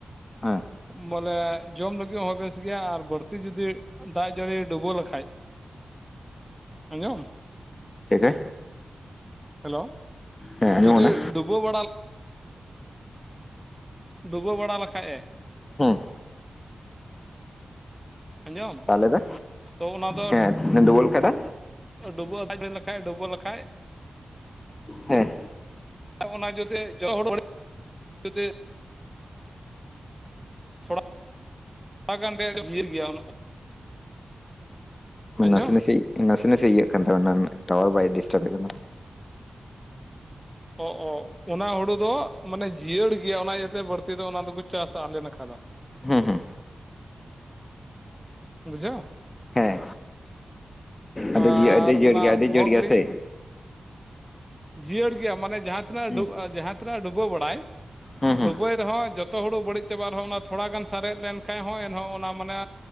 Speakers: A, on the left; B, in the centre.
A: ᱦᱮᱸ
B: ᱵᱚᱞᱮ ᱡᱚᱢ ᱞᱟᱹᱜᱤᱫ ᱦᱚᱸ ᱵᱮᱥ ᱜᱮᱭᱟ ᱟᱨ ᱵᱟᱹᱲᱛᱤ ᱡᱩᱚᱫᱤ ᱫᱟᱜ ᱡᱟᱹᱲᱤ ᱰᱩᱵᱟᱹ ᱞᱮᱠᱷᱟᱡ
A: ᱦ <inaudible>
B: ᱟᱸᱡᱚᱢ
A: ᱪᱤᱠᱟᱹ
B: ᱦᱮᱞᱳ
A: ᱦᱮᱸ ᱟᱸᱡᱚᱢ
B: ᱡᱩᱫᱤ
A: ᱠᱟᱱᱟ
B: ᱰᱩᱵᱟᱹ ᱵᱟᱲᱟ ᱰᱩᱵᱟᱹ ᱵᱟᱲᱟ ᱞᱮᱠᱷᱟᱡ ᱮ
A: ᱦᱮᱸ
B: ᱟᱸᱡᱚᱢ
A: ᱛᱟᱞᱮ ᱫᱚ
B: ᱛᱚ ᱚᱱᱟ ᱫᱚ
A: ᱦᱮᱸ ᱱ ᱫᱚ ᱠᱟᱫᱟ
B: ᱰᱩᱵᱟᱹ ᱞᱮᱠᱷᱟᱡ ᱰᱩᱵᱟᱹ ᱞᱮᱠᱷᱟᱡ
A: ᱦᱮᱸ
B: ᱚᱱᱟ ᱡᱩᱫᱤ ᱡᱚ ᱦᱚᱲ ᱦᱚᱲ ᱡᱩᱫᱤ ᱛᱷᱚᱲᱟ ᱛᱷᱚᱲᱟ ᱜᱟᱱ ᱰᱷᱮᱨ ᱜᱮᱭᱟ ᱚᱱᱟ ᱟᱸᱡᱚᱢ
A: ᱱᱟᱥᱮ ᱱᱟᱥᱮ ᱱᱟᱥᱮ ᱱᱟᱥᱮ ᱤᱭᱟᱹᱜ ᱠᱟᱱ ᱛ ᱚᱱᱟ ᱴᱟᱣᱟᱨ ᱵᱟᱭ ᱰᱤᱥᱴᱟᱵ ᱮᱫ ᱠᱟᱱᱟ᱾
B: ᱚ ᱚ ᱚᱱᱟ ᱦᱩᱲᱩ ᱫᱚ ᱢᱟᱱᱮ ᱡᱤᱭᱟᱹᱲ ᱜᱮᱭᱟ ᱚᱱᱟ ᱤᱭᱟᱹ ᱛᱮ ᱵᱟᱹᱲᱛᱤ ᱫᱚ ᱚᱱᱟ ᱫᱚ ᱠᱚ ᱪᱟᱥᱟ ᱟᱞᱮ ᱱᱟᱠᱷᱟ ᱫᱚ ᱾
A: ᱦᱮᱸ ᱦᱮᱸ
B: ᱵᱩᱡᱷᱟᱹᱣ?
A: ᱦᱮᱸ ᱟᱹᱰᱤ
B: ᱟᱨ
A: ᱟᱹᱰᱤ ᱡᱤᱭᱟᱹᱲ
B: ᱚᱱᱟ
A: ᱜᱮᱭᱟ ᱟᱹᱰᱤ
B: ᱵᱷᱚᱜᱽᱞᱤ
A: ᱡᱤᱭᱟᱹᱲ ᱜᱮᱭᱟ ᱥᱮ
B: ᱡᱤᱭᱟᱹᱲ ᱜᱮᱭᱟ ᱢᱟᱱᱮ ᱡᱟᱦᱟᱸᱛᱤᱱᱟᱹᱜ
A: ᱦᱩᱸ
B: ᱡᱟᱦᱟᱸ ᱛᱤᱱᱟᱹᱜ ᱰᱩᱵᱟᱹ ᱵᱟᱲᱟᱭ
A: ᱦᱩᱸ
B: ᱰᱩᱵᱟᱹ ᱨᱮ ᱦᱚᱸ ᱡᱚᱛᱚ ᱦᱩᱲᱩ ᱵᱟᱹᱲᱤᱡ ᱪᱟᱵᱟᱟᱜ ᱨᱮᱦᱚᱸ ᱚᱱᱟ ᱛᱷᱚᱲᱟ ᱜᱟᱱ ᱥᱟᱨᱮᱡ ᱞᱮᱱᱠᱟᱱᱡ ᱦᱚᱸ ᱮᱱᱦᱚᱸ ᱚᱱᱟ ᱢᱟᱱᱮ